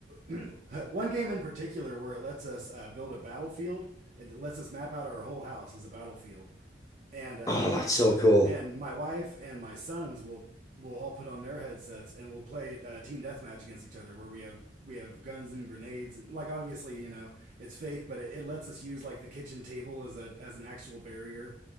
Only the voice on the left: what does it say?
Oh, that's so cool.